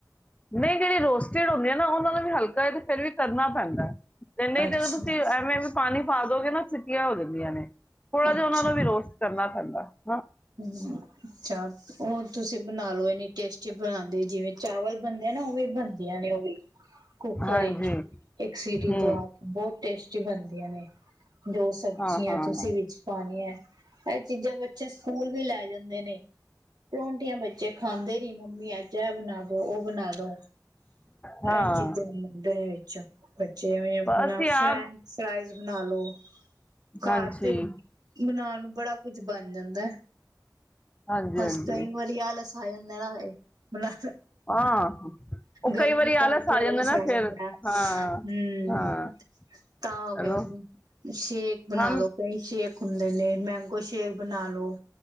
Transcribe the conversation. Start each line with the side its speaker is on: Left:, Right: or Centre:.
Left: ਨਹੀਂ ਜਿਹੜੀ ਰੋਸਟਿਡ ਹੁੰਦੀ ਆ ਨਾ ਉਹਨਾਂ ਨੂੰ ਵੀ ਹਲਕਾ ਤੇ ਫੇਿਰ ਵੀ ਕਰਨਾ ਪੈਂਦਾ ਤੇ ਨਹੀਂ
Right: ਅੱਛਾ
Left: ਤੇੋਂ ਤੁਸੀਂ ਐਵੇਂ ਐਵੇਂ ਪਾਣੀ ਪਾ ਨਾ <unintelligible> ਹੋ ਜਾਂਦੀਆਂ ਨੇ ਥੋੜ੍ਹਾ
Right: ਅੱਛਾ
Left: ਜਿਹਾ ਉਹਨਾਂ ਨੂੰ ਵੀ ਰੋਸਤ ਕਰਨਾ ਠੰਡਦਾ <unintelligible>
Right: ਹਮ ਅੱਛਾ ਉਹ ਤੁਸੀਂ ਬਣਾ ਲਓ। ਟੇਸਟੀ ਬਣਾਉਂਦੇ ਜਿਵੇਂ ਚਾਵਲ ਬਣਦੇ ਆ ਨਾ ਉਹ ਵੀ ਬਣਦੀਆਂ ਨੇ ਉਹ ਵੀ ਕੁੱਕਰ
Left: ਹਾਂਜੀ
Right: ਵਿਚ ਇੱਕ ਸੀਟੀ
Left: ਹਮ
Right: ਦਆ ਕੇ ਬਹੁਤ ਟੇਸਟੀ ਬਨ ਨੇ ਜੋ ਸਬਜ਼ੀਆਂ
Left: ਹਾਂ ਹਾਂ
Right: ਤੁਸੀਂ ਵਿੱਚ ਪਾਉਣੀਆਂ ਇਹ ਚੀਜ਼ਾਂ ਚਛ ਸਕੁਲ ਵੀ ਲੈ ਜਾਂਦੇ ਨੇ। ਪਰੋਠੀਆਂ ਵਿੱਚ, ਖਾਂਦੇ ਨੀ ਮੰਮੀ ਅੱਜ ਇਹ ਬਣਾ ਦੋ ਉਹ ਬਣਾ ਦੋ
Left: ਹਾਂ
Right: ਇਹ ਚੀਜ਼ਾਂ ਮੰਦੇ ਵਿੱਚ ਬੱਚੇ ਆਪਣਾ
Left: ਅਸੀਂ
Right: ਫੈਂਕ
Left: ਆਪ
Right: ਫਰਾ ਤੇ ਬਣਾਲੋ, ਘਰ
Left: ਹਾਂਜੀ
Right: ਤੇ ਬਣਾਣ, ਬੜਾ, ਕੁਝ ਬਣ ਜਾਂਦਾ,
Left: ਹਾਂਜੀ
Right: ਬਸ
Left: ਹਾਂਜੀ
Right: ਕਈ ਵਾਰੀ ਅ <unintelligible> ਐ, ਬਣਾ
Left: ਹਾਂ ਉਹ
Right: ਗਰਮੀ
Left: ਕਈ ਵਾਰੀ
Right: ਕਰਕੇ
Left: ਜਾਂਦਾ
Right: ਆਲਸ
Left: ਨਾ
Right: ਆ
Left: ਫਿਰ
Right: ਜਾਂਦਾ ਹੂੰ,
Left: ਹਾਂ ਹਾਂ
Right: ਤਾਂ
Left: ਚਲੋ
Right: ਫੇਰ ਸ਼ੇਕ ਬਣਾ
Left: ਹਮ
Right: ਲੋ ਕਈ ਸ਼ੇਕ, ਹੁੰਦੇ ਨੇ ਮੈਂਗੋ ਸ਼ੇਕ ਬਣਾਲੋ,